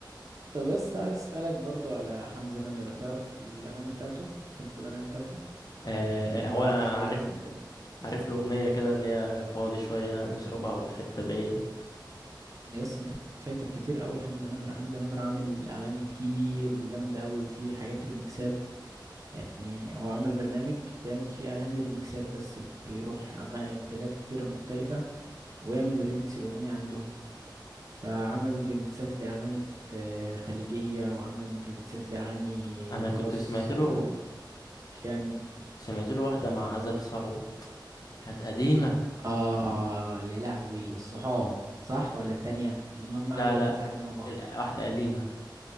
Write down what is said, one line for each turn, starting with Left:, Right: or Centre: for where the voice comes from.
Right: طب يس عايز اسألك برضو على حمزة نمرة تعرف الأغاني بتاعته تحب الأغاني بتاعته
Left: آه
Right: خلينا
Left: هو
Right: بقى
Left: انا
Right: شوية
Left: عارف
Right: من الأجنبي
Left: عارف له اغنيه كده اللي هي فاضي شويه نشرب قهوه في حته بعيده
Right: يس انت فايتك كتير قوي لحمزة نمرة حمزة نمرة عامل اغاني كتير وجامدة قوي وفي حاجات ريميكسات يعني هو عمل برنامج بيعمل فيه اغاني ريميكسات بس بيروح أغا- بلاد كتيرة مختلفة ويعمل ريميكس الاغنية عندهم فعمل ريميكسات لاغاني في خليجية وعمل ريميكسات لاغاني
Left: انا
Right: تراث
Left: كنت سمعت له
Right: آه، شامي
Left: سمعت له واحده مع عذاب ثروت كانت قديمه
Right: اه يا لهوي الصحاب صح ولا التانية لان هم
Left: لا
Right: عملوا
Left: لا
Right: كذا حاجة مع بعض
Left: ال- واحده قديمه